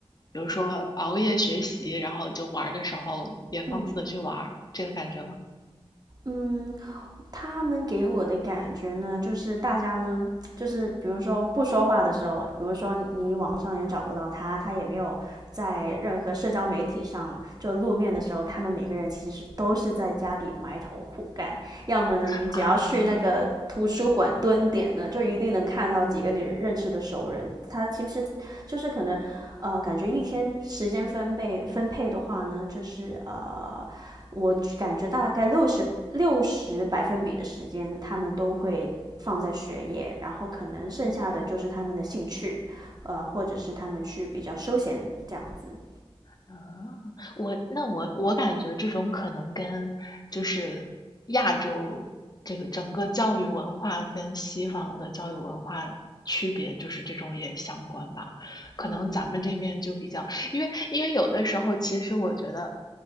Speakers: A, on the left (about 40°); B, on the right (about 35°).
A: 比如说熬夜学习，然后就玩儿的时候也放肆的去玩儿，
B: 嗯
A: 这个感觉吗？
B: 嗯，他们给我的感觉呢，就是大家呢，就是比如说不说话的时候，比如说你网上也找不到他，他也没有在任何社交媒体上就露面的时候，他们每个人其实都是在家里埋头苦干。要么呢，你只要去那个图书馆蹲点呢，
A: 啊，
B: 就一定能看到几个你认识的熟人。他其实就是可能，呃，感觉一天时间分配分配的话呢，就是呃。我感觉大概六十六十百分比的时间，他们都会放在学业，然后可能剩下的就是他们的兴趣，呃，或者是他们去比较休闲这样子。
A: 啊，我那我我感觉这种可能跟就是亚洲这个整个教育文化跟西方的教育文化区别，就是这种也相关吧。可能咱们这边就比较，
B: 嗯，
A: 因为因为有的时候其实我觉得